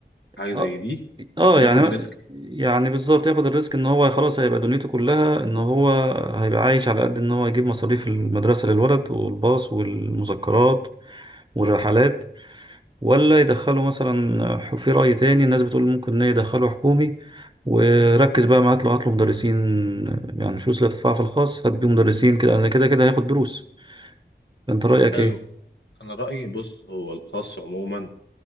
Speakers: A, on the left; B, on the right.
A: حاجه زي
B: اه
A: دي
B: اه
A: ياخد
B: يعني
A: ريسك
B: يعني بالظبط ياخد الريسك ان هو خلاص هيبقى دنيته كلها ان هو هيبقى عايش على قد ان هو يجيب مصاريف المدرسة للولد والباص والمذكرات والرحلات ولا يدخله مثلا ح- في رأي تاني الناس بتقول ممكن ان يدخله حكومي وركز بقى معاه هات له هات له مدرسين يعني الفلوس اللي هتدفعها في الخاص هات بيه مدرسين كده لأن كده كده هياخد دروس فانت رأيك
A: حلو
B: ايه؟
A: انا رايي بص هو الخاص عموما